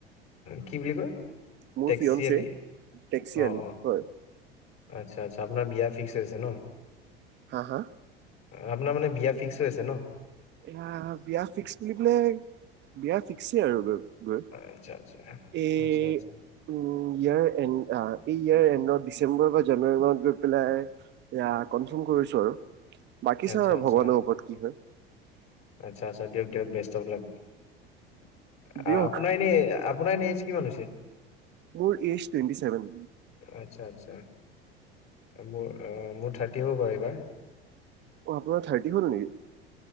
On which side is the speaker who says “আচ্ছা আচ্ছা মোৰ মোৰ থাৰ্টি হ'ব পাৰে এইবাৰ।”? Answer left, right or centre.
Left